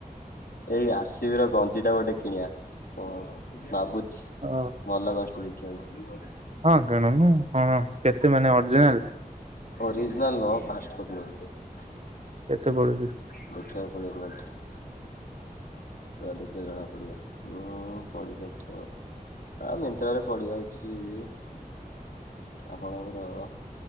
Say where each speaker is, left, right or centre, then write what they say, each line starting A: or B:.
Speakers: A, on the left (about 75°); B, on the right (about 45°).
A: ଏଇ ଆରସିବି ର ଗଞ୍ଜି ଟା ଗୋଟେ କିଣିବା। ହ ଭାବୁଛି।
B: ଅ
A: ଭଲ କଷ୍ଟଲି। କେ ବି ବ
B: ହଁ ଗଣନୁ। ହଁ କେତେ ମାନେ ଅରିଜିନାଲ?
A: ଓରିଜିନଲ ନ ଫାଷ୍ଟ କପି। ଦେଖିବାକୁ
B: କେତେ ପଡୁଛି?
A: ପଡିବ। ପା ଦେଖିଲେ ଜଣା ପଡିବ ଉୁଁ ପଡି ଯାଉଥିବ ଆ ମନ୍ତ୍ରରେ ପଡି ଯାଉଛି <unintelligible> ଆପଣଙ୍କର?